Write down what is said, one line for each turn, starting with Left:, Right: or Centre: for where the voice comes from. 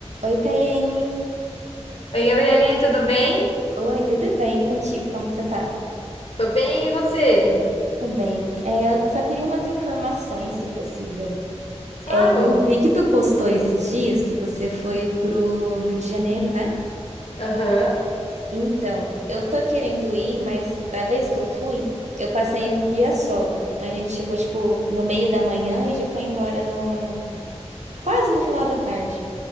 Right: Oi, Tayene.
Left: Oi, Gabriele, tudo bem?
Right: Oi, tudo bem contigo? Como que você tá?
Left: Tô bem, e você?
Right: Também. É, eu só queria umas informações, se possível.
Left: Claro.
Right: É, eu vi que tu postou esses dias que você foi pro Rio de Janeiro, né?
Left: Aham,
Right: Então, eu tô querendo ir, mas da vez que eu fui, eu passei
Left: ah,
Right: um dia só. Então a gente chegou, tipo, no meio da manhã e já foi embora no... quase no final da tarde.